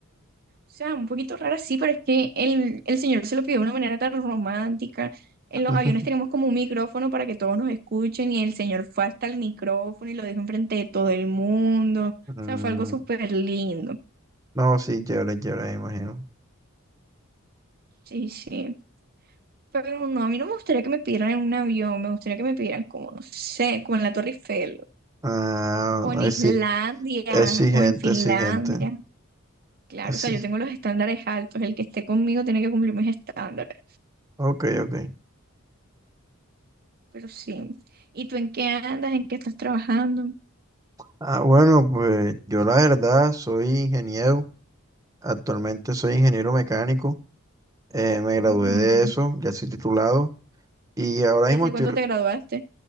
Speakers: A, on the right; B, on the right.
A: O sea, un poquito rara, sí, pero es que el, el señor se lo pidió de una manera tan romántica. En
B: <laughs>
A: los aviones tenemos como un micrófono para que todos nos escuchen y el señor fue hasta el micrófono y lo dijo enfrente de todo el mundo. O
B: Mm,
A: sea, fue algo súper lindo.
B: no, sí, chévere, chévere, me imagino.
A: Sí, sí. Pero no, a mí no me gustaría que me pidieran en un avión, me gustaría que me pidieran como, no sé, como en la Torre Eiffel,
B: Ah,
A: o en Islandia,
B: exi- exigente,
A: o en Finlandia.
B: exigente.
A: Claro,
B: Así.
A: o sea, yo tengo los estándares altos, el que esté conmigo tiene que cumplir mis estándares.
B: Ok, ok.
A: Pero sí. ¿Y tú en qué andas? ¿En qué estás trabajando?
B: Ah, bueno, pues yo la verdad soy ingeniero. Actualmente soy ingeniero mecánico. Eh, me gradué
A: Ujú.
B: de eso, ya soy titulado. Y ahora
A: ¿Y
B: mismo
A: hace
B: estoy
A: cuánto
B: r-
A: te graduaste?